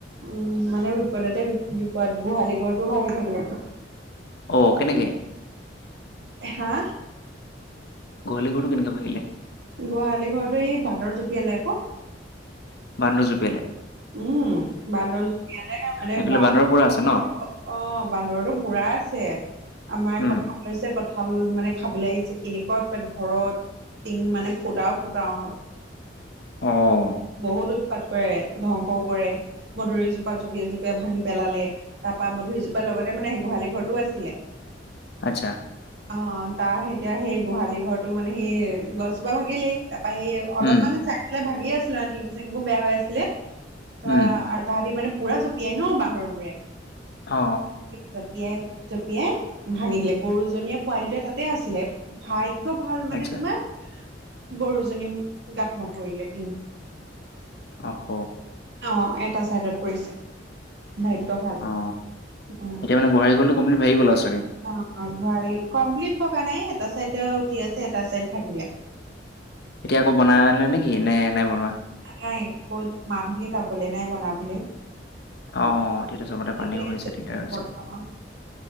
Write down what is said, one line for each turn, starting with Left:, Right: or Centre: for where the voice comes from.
Right: উম, মানে বিপদতে বিপদ গোহালি ঘৰটোও ভাগি থাকিলে। <inaudible>
Left: অ কেনেকে
Right: হা
Left: গোহালিঘৰটো কেনেকে ভাগিল
Right: গোহালি ঘৰতো এই বান্দৰ জপিয়ালে ক
Left: বান্দৰ জপিয়ালে।
Right: উম, বান্দৰ জপিয়ালে মানে
Left: এইফালে
Right: বাঁহ
Left: বান্দৰ পুৰা
Right: সেইটোত
Left: আছে ন
Right: ক অ বান্দৰটো বুৰা আছে আমাৰ
Left: উম
Right: ক আছে কঁঠাল মানে খাবলে আহিছে কেনেকোৱা উতপাত ঘৰত টিং মানে ফুতাও ফুতাও
Left: অ
Right: বহুত উৎপাত কৰে ধ্বংসও কৰে মধুৰীজোপা জপিয়াই জপিয়াই ভাঙি পেলালে তাৰপা মধুৰিজোপাৰ লগতে মানে গোহালি ঘৰটোও আছিলে
Left: আচ্ছা
Right: অ তাৰ এতিয়া সেই গোহালিঘৰটো মানে সেই গছজোপা ভাগিলেই তাৰপা সেই অলপ
Left: উম
Right: মানে চাইডলে ভাগি আছিলে টিং চিংবোৰ বেয়া হৈ আছিলে। তাৰপা
Left: উম
Right: আৰু তাহাঁতি মানে পুৰা জপিয়াই ন বান্দৰবোৰে
Left: অ
Right: জপিয়াই জপিয়াই ভাঙি দিলে গৰুজনীয়ে পোৱালিটোৱে তাতে আছিলে ভাল অ ভাল মানে
Left: আচ্ছা
Right: তোমাৰ গৰুজনী গাত নপৰিলে টিং
Left: আহ ক
Right: অ এটা চাইডত পৰিছে ভাগ্য ভাল
Left: অ
Right: উম
Left: এতিয়া মানে গোহালি ঘৰটো কমপ্লিট ভাগি গ'ল আও চাগে
Right: অ অ গোহালি কমপ্লিট ভগা নাই এটা চাইডে উঠি আছে এটা চাইড ভাগিল
Left: এতিয়া আকৌ বনালে নে কি নে নাই বনোৱা
Right: নাই ক'ত মানুহে পাবলে নাই বনাবলে
Left: অ এতিয়াতো চবতে
Right: ঠিকে
Left: পানীও হৈছে
Right: আছে
Left: দিগদাৰ হৈছে
Right: বৰ্তমান